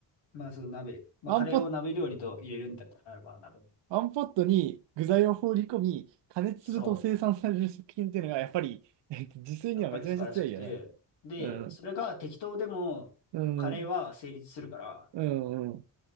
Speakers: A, on the left; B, on the right.
A: まあその鍋。まあカレーを鍋料理と入れるんだったら、
B: ワンポット、
A: まあ鍋。
B: ワンポットに具材を放り込み、加熱すると生産される食品っていうのが、
A: そ
B: やっぱり、<laughs> えっと、自炊にはめちゃめちゃ強いよね。
A: う。やっぱり素晴らしくて。で、
B: うん。
A: それが適当でも、
B: うん。
A: カレーは成立するから、
B: うん。うん。